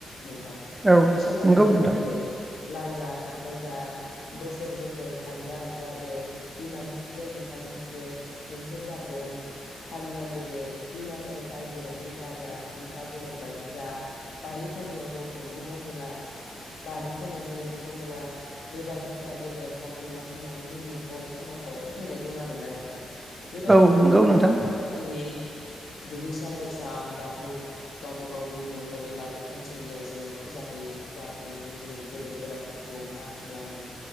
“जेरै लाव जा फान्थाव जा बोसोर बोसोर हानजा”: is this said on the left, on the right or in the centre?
Left